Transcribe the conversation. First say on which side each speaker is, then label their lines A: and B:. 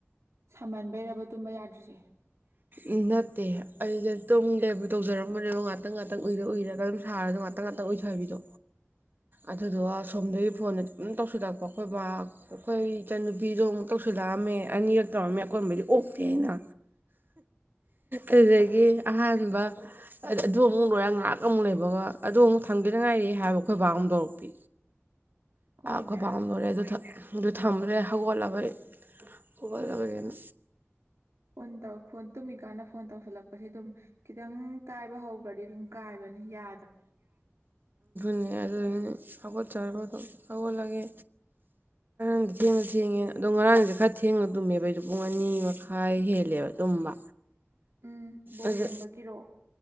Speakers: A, on the right (about 85°); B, on the right (about 45°).
A: ꯁꯥꯃꯟꯕꯩꯔꯕ ꯇꯨꯝꯕ ꯌꯥꯗ꯭ꯔꯤꯁꯦ
B: ꯎꯝ ꯅꯠꯇꯦ ꯑꯩꯁꯦ ꯑꯗꯨꯝ ꯂꯦꯕꯨ ꯇꯧꯖꯔꯝꯕꯅꯦꯕ ꯉꯥꯛꯇꯪ ꯉꯥꯛꯇꯪ ꯎꯏꯔ ꯎꯏꯔꯒ ꯑꯗꯨꯝ ꯁꯥꯔ ꯑꯗꯨ ꯉꯥꯛꯇ ꯇꯉ ꯉꯇ ꯑꯣꯏꯗꯣ ꯍꯥꯏꯕꯤꯗꯣ
A: <inaudible>
B: ꯑꯗꯨꯗꯨꯒ ꯁꯣꯝꯗꯒꯤ ꯐꯣꯟꯗ ꯑꯗꯨꯝ ꯇꯧꯁꯤꯜꯂꯛꯄ ꯑꯩꯈꯣꯏ ꯑꯩꯈꯣꯏ ꯏꯆꯟꯅꯨꯄꯤꯗꯣ ꯑꯃꯨ ꯇꯧꯁꯤꯜꯂꯛꯑꯝꯃꯦ ꯑꯅꯤꯔꯛ ꯇꯧꯔꯝꯃꯦ ꯑꯀꯣꯏꯕꯩꯗꯤ ꯑꯣꯛꯇꯦ ꯍꯥꯏꯅ ꯑꯗꯨꯗꯒꯤ ꯑꯍꯥꯟꯕ ꯍꯥꯏꯗ ꯑꯗꯨ ꯑꯃꯨꯛ ꯂꯣꯏꯔꯒ ꯉꯥꯏꯍꯥꯛ ꯑꯃꯨꯛ ꯂꯩꯕꯒ ꯑꯗꯨ ꯑꯃꯨꯛ ꯊꯪꯒꯅꯉꯥꯏꯔꯦ ꯍꯥꯏꯕ ꯑꯩꯈꯣꯏ ꯕꯥ ꯑꯃ ꯇꯧꯔꯛꯄꯤ
A: ꯍꯣꯏꯅꯦ
B: ꯈꯣꯏ ꯄꯝ ꯂꯣꯏꯔꯦ ꯑꯗꯨ ꯑꯗꯨ ꯊꯝꯃꯨꯔꯦ ꯍꯧꯒꯠꯂꯕꯒꯤ ꯍꯧꯒꯠꯂꯕꯒꯤꯅ
A: ꯟꯧ ꯇꯨꯝꯃꯤꯀꯥꯟꯗ ꯐꯣꯟ ꯇꯧꯁꯤꯜꯂꯛꯄꯁꯦ ꯑꯗꯨꯝ ꯈꯤꯇꯪ ꯀꯥꯏꯕ ꯍꯧ ꯗꯤ ꯑꯗꯨꯝ ꯀꯥꯏꯕꯅꯤ ꯌꯥꯗꯕꯅꯦ
B: ꯅꯤ ꯑꯗꯨ ꯀꯕꯠ ꯆꯥꯕꯗ ꯀꯕ ꯂꯒꯦ
A: ꯎ
B: ꯉꯔꯥꯡꯗꯤ ꯊꯦꯡꯅ ꯊꯦꯡꯉꯦ ꯑꯗꯣ ꯉꯔꯥꯡꯁꯦ ꯈꯔ ꯊꯦꯡꯅ ꯇꯨꯝꯃꯦꯕ ꯑꯩꯁꯨꯣ ꯄꯨꯡ ꯑꯅꯤ ꯃꯈꯥꯏ ꯍꯦꯜꯂꯦꯕ ꯇꯨꯝꯕ
A: ꯎꯝ ꯕꯣ
B: ꯑꯗ
A: ꯌꯦꯡꯕꯒꯤꯔꯣ